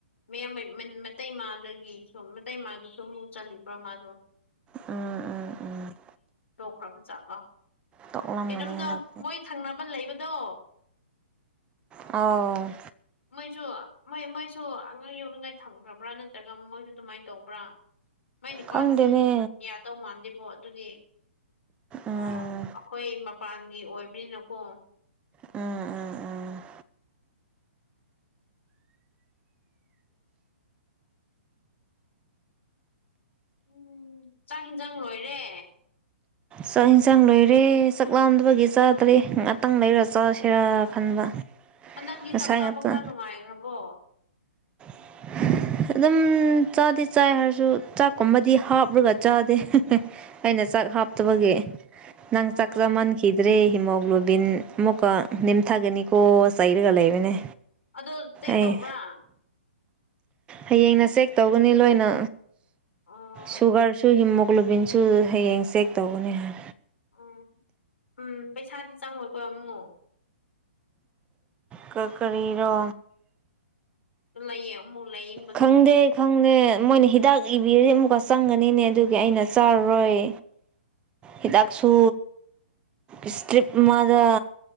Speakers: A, on the left (about 75°); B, on the right (about 15°).
A: ꯃꯌꯥꯝꯕꯩ ꯃꯇꯩ ꯃꯥꯗꯒꯤ ꯁꯨꯝ ꯃꯇꯩ ꯃꯥꯒꯤ ꯁꯨꯝ ꯆꯪꯕ꯭ꯔꯣꯃ ꯑꯗꯨꯣ
B: ꯎꯝ ꯎꯝ ꯎꯝ
A: ꯇꯣꯛꯈ꯭ꯔꯕꯖꯥꯠꯂꯣ
B: ꯇꯣꯛꯂꯝꯒꯅꯤ
A: ꯀꯔꯝꯅꯣ
B: ꯍꯟꯗꯛꯇꯤ
A: ꯃꯣꯏ ꯊꯪꯅꯕ ꯂꯩꯕꯗꯣ
B: ꯑ
A: ꯃꯣꯏꯁꯨ ꯃꯣꯏ ꯃꯣꯏꯁꯨ ꯑꯉꯥꯡ ꯌꯧꯅꯉꯥꯏ ꯊꯝꯈ꯭ꯔꯕ꯭ꯔꯥ ꯅꯠꯇ꯭ꯔꯒ ꯃꯣꯏꯁꯨ ꯑꯗꯨꯃꯥꯏꯅ ꯇꯧꯕ꯭ꯔꯥ ꯃꯥꯏ ꯅꯨꯄꯥꯗꯨꯗꯤ
B: ꯈꯪꯗꯦꯅꯦ
A: ꯌꯥꯗꯧ ꯃꯥꯟꯗꯦꯕꯣ ꯑꯗꯨꯗꯤ
B: ꯎꯝ
A: ꯑ ꯑꯩꯈꯣꯏ ꯃꯄꯥꯟꯒꯤ ꯑꯣꯏꯕꯅꯤꯅꯀꯣ
B: ꯎꯝ ꯎꯝ ꯎꯝ
A: ꯎꯝ ꯆꯥꯛ ꯌꯦꯟꯁꯥꯡ ꯂꯣꯏꯔꯦ
B: ꯆꯥꯛ ꯏꯟꯁꯥꯡ ꯂꯣꯏꯔꯦ ꯆꯥꯛ ꯂꯥꯝꯗꯕꯒꯤ ꯆꯥꯗꯔꯦ ꯉꯍꯥꯛꯇꯪ ꯂꯩꯔ ꯆꯁꯤꯔꯥ
A: ꯎꯝ
B: ꯈꯟꯕ
A: ꯍꯟꯗꯛꯇꯤ
B: ꯉꯁꯥꯏ
A: ꯆꯥꯛ ꯆꯥꯕ
B: ꯉꯥꯛꯇ
A: ꯈꯔ ꯅꯨꯡꯉꯥꯏꯈ꯭ꯔꯕꯣ
B: <unintelligible> ꯑꯗꯨꯝ ꯆꯥꯗꯤꯦ ꯆꯥꯏ ꯍꯥꯏꯔꯁꯨ ꯆꯥꯛꯀꯨꯝꯕꯗꯤ ꯍꯥꯞꯔꯒ ꯆꯥꯗꯦ ꯑꯩꯅ ꯆꯥꯛ ꯍꯥꯞꯇꯕꯒꯤ ꯅꯪ
A: ꯎꯝ
B: ꯆꯥꯛ ꯆꯥꯃꯟꯈꯤꯗ꯭ꯔꯦ ꯍꯤꯃꯣꯒ꯭ꯂꯣꯕꯤꯟ ꯑꯃꯨꯛꯀ ꯅꯦꯝꯊꯒꯅꯤꯀꯣ ꯆꯩꯔꯒ ꯂꯩꯕꯅꯦ
A: ꯑꯗꯣ ꯆꯦꯛ
B: ꯑꯩ
A: ꯇꯧꯕ꯭ꯔꯥ
B: ꯍꯌꯦꯡꯅ ꯆꯦꯛ ꯇꯧꯒꯅꯤ ꯂꯣꯏꯅ
A: ꯑꯣ
B: ꯁꯨꯒꯔꯁꯨ ꯍꯃꯨꯛ ꯒ꯭ꯂꯣꯕꯤꯟꯁꯨ ꯍꯌꯦꯡ ꯆꯦꯛ ꯇꯧꯒꯅꯤ ꯍꯥꯏ
A: ꯎ ꯎꯝ ꯄꯩꯁꯥꯗꯤ ꯆꯪꯉꯣꯏ ꯈꯣ ꯑꯃꯃꯛ
B: ꯀ ꯀꯔꯤꯔꯣ
A: ꯂꯩꯌꯦ ꯑꯃꯨꯛ ꯂꯥꯏꯌꯦꯡꯕꯗꯣ
B: ꯈꯪꯗꯦ ꯈꯪꯗꯦ ꯃꯣꯏꯅ ꯍꯤꯗꯥꯛ ꯏꯕꯤꯔꯤ ꯑꯃꯨꯛꯀ ꯆꯪꯒꯅꯤꯅꯦ ꯑꯗꯨꯒꯤ ꯑꯩꯅ ꯆꯥꯔꯔꯣꯏ ꯍꯤꯗꯥꯛꯁꯨ ꯏꯁꯇ꯭ꯔꯤꯞ ꯑꯃꯗ